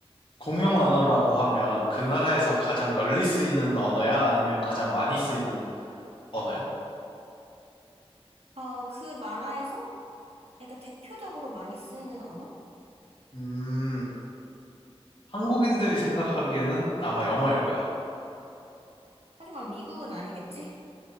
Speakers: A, on the left (about 50°); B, on the right (about 70°).
A: 공용 언어라고 하면 그 나라에서 가장 널리 쓰이는 언어야? 아니면 가장 많이 쓰이는 언어야?
B: 어, 그 나라에서 약간 대표적으로 많이 쓰이는 언어?
A: 음, 한국인들이 생각하기에는 아마 영어일
B: 음.
A: 거야.
B: 하지만 미국은 아니겠지?